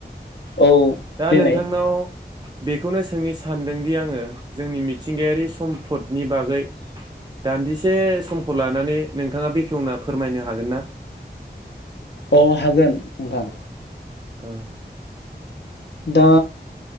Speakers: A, on the left; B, on the right.
A: औ
B: दा
A: देनाय
B: नोंथांनाव बेखौनो सोंनि सानदोंदि आङो जोंनि मिथिंगायारि सम्फदनि बागै दान्दिसे समखौ लानानै नोंथाङा बेखेवना फोरमायनो हागोन ना?
A: अ' हागोन नोंथां।
B: ओ
A: दा